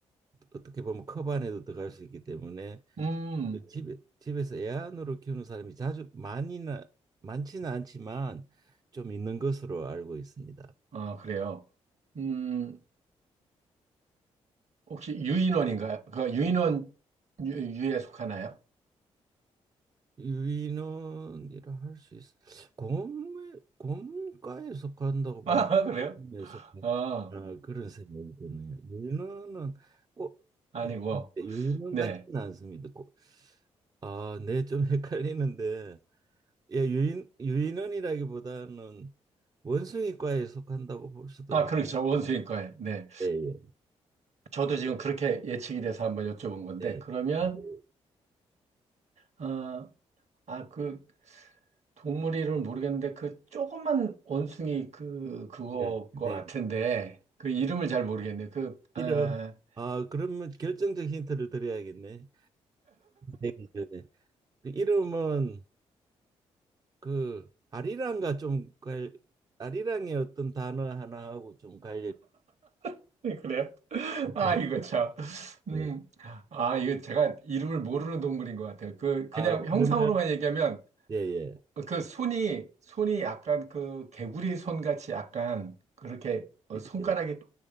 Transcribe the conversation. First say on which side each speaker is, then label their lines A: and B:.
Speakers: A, on the right (about 30°); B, on the right (about 55°).
A: 어떻게 보면 컵 안에도 들어갈 수 있기 때문에
B: 음.
A: 집에 집에서 애완으로 키우는 사람이 자주 많이나 많지는 않지만 좀 있는 것으로 알고 있습니다.
B: 아, 그래요. 음, 혹시 유인원인가요? 그 유인원 유, 유에 속하나요?
A: 유인원이라 할 수 있어. 곰에 곰과에 속한다고
B: <laughs>
A: 보는
B: 아, 그래요?
A: 에서
B: 아,
A: 아, 그런 생각이 드네요. 유인원은 꼭
B: 아니고.
A: 있는데 유인원
B: 네.
A: 같지는 않습니다. 꼭, 아, 네, 좀 <laughs> 헷갈리는데 예, 유인 유인원이라기보다는 원숭이과에 속한다고 볼 수도
B: 아,
A: 있.
B: 그렇죠. 원수인과에. 네.
A: 예, 예,
B: 저도 지금 그렇게 예측이 돼서 한번 여쭤본 건데,
A: 예,
B: 그러면,
A: 예,
B: 아, 아, 그 동물 이름을 모르겠는데, 그 조그만 원숭이 그, 그거
A: 네,
B: 것
A: 네.
B: 같은데, 그 이름을 잘 모르겠네요. 그, 아,
A: 이름 아 그러면 결정적 힌트를 드려야겠네. 되기 전에 그 이름은 그 아리랑과 좀 갈, 아리랑의 어떤 단어 하나하고 좀 관련.
B: <laughs> 그래요? 아,
A: 네.
B: 이거 참.
A: 네.
B: 음, 아, 이거 제가 이름을 모르는 동물인 것 같아요. 그, 그냥
A: 아
B: 형상으로만
A: 그러면
B: 얘기하면,
A: 예예.
B: 그 손이, 손이 약간 그 개구리 손같이 약간 그렇게 어,
A: 예.
B: 손가락이
A: 예.